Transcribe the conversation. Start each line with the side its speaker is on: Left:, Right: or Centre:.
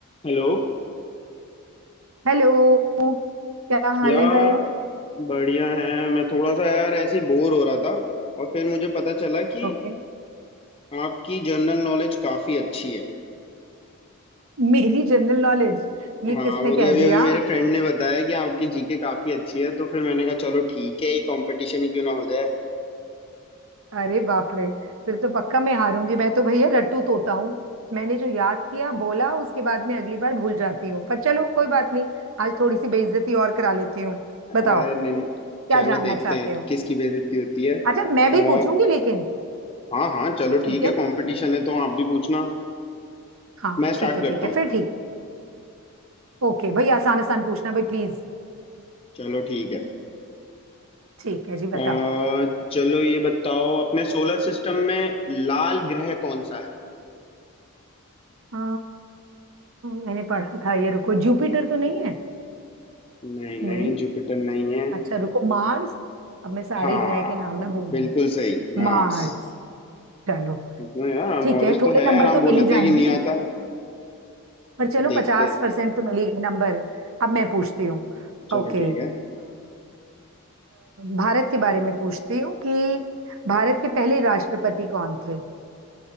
Left: हेलो
Right: हेलो क्या हाल
Left: यार
Right: है भाई
Left: बढ़िया है मैं थोड़ा सा यार ऐसे ही बोर हो रहा था और फिर मुझे पता चला कि
Right: ओके
Left: आपकी जनरल नॉलेज काफ़ी अच्छी है
Right: मेरी जनरल नॉलेज ये
Left: हाँ
Right: किसने
Left: मुझे
Right: कह
Left: अभी
Right: दिया
Left: अभी मेरे फ्रेंड ने बताया कि आपकी जीके काफ़ी अच्छी है तो फिर मैंने कहा चलो ठीक है ही कंपटीशन ही क्यों ना हो जाए
Right: अरे बाप रे फिर तो पक्का मैं हारूंगी मैं तो भैया रट्टू तोता हूँ मैंने जो याद किया बोला उसके बाद में अगली बार भूल जाती हूँ पर चलो कोई बात नहीं आज थोड़ी सी बेइज्जती और करा लेती हूँ
Left: अरे
Right: बताओ
Left: नहीं नहीं
Right: क्या
Left: चलो
Right: जानना
Left: देखते
Right: चाहते
Left: हैं
Right: हो
Left: किसकी बेइज्जती होती है
Right: अच्छा मैं भी
Left: आ,
Right: पूछूंगी लेकिन
Left: हाँ हाँ चलो
Right: ठीक
Left: ठीक
Right: है
Left: है कंपटीशन
Right: ना
Left: है तो आप भी पूछना
Right: हाँ
Left: मैं स्टार्ट
Right: ठीक है
Left: करता
Right: ठीक है
Left: हूँ
Right: फिर ठीक ओके भाई आसान आसान पूछना भाई प्लीज
Left: चलो ठीक है
Right: ठीक है जी
Left: अ,
Right: बताओ
Left: चलो ये बताओ अपने सोलर सिस्टम में लाल ग्रह कौन सा है
Right: अ, मैंने पढ़ा था ये रुको जुपिटर तो नहीं है
Left: नहीं नहीं
Right: नहीं
Left: जुपिटर नहीं है
Right: अच्छा रुको मार्स अब मैं सारे
Left: हाँ
Right: ग्रह के नाम ना बोल
Left: बिल्कुल
Right: दूँ
Left: सही मार्स
Right: मार्स चलो
Left: इतना यार नॉलेज
Right: ठीक है थोड़े
Left: तो है यार
Right: नंबर
Left: आप
Right: तो मिल
Left: बोले
Right: ही
Left: थे
Right: जाएंगे
Left: कि नहीं आता
Right: पर चलो
Left: देखते
Right: पचास
Left: हैं
Right: परसेंट तो मिल ही गए नंबर अब मैं पूछती हूँ
Left: चलो
Right: ओके
Left: ठीक है
Right: भारत के बारे में पूछती हूँ कि भारत के पहले राष्ट्रपति कौन थे